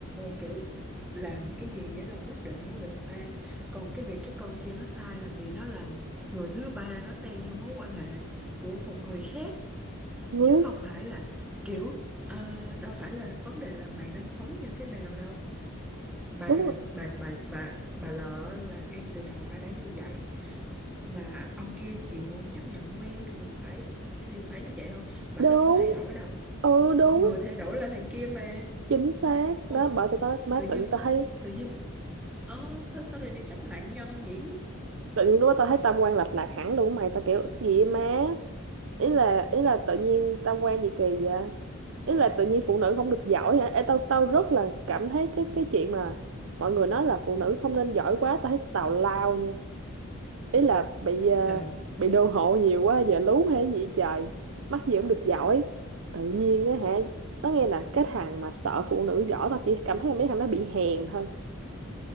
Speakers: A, in the centre; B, on the right (about 60°).
A: kiểu làm cái gì á là quyết định của người ta còn cái việc cái con kia nó sai là vì nó là người thứ ba nó xen vô mối quan hệ của một người khác
B: Ừ,
A: chứ không phải là kiểu ờ, đâu phải là vấn đề là mày nên sống như thế nào đâu bà
B: đúng rồi.
A: bà bà bà bà lợ là ngay từ đầu bà đã như vậy mà ông kia chịu chấp nhận quen thì phải thì phải như vậy thôi bà
B: đúng
A: đâu có thay đổi đâu
B: ừ đúng
A: người thay đổi là thằng kia mà
B: chính xác
A: ồ
B: đó bởi tụi tao má
A: tự dưng
B: tự tao thấy
A: tự dưng ờ thôi tao lại đi chấp nạn nhân nhỉ
B: tự nhiên lúc đó tao thấy tam quan lệch lạc hẳn luôn mày tao kiểu gì vậy má ý là ý là tự nhiên tam quan gì kỳ vậy ý là tự nhiên phụ nữ không được giỏi hả Ê, tao tao rất là cảm thấy cái cái chuyện mà mọi người nói là phụ nữ không nên giỏi quá tao thấy tào lao nha ý là bị ờ,
A: Ờ
B: bị đô hộ nhiều quá giờ lú hay gì vậy trời mắc gì cũng được giỏi tự nhiên á hả tao nghe nè cái thằng mà sợ phụ nữ giỏi tao chỉ cảm thấy là mấy thằng nó bị hèn thôi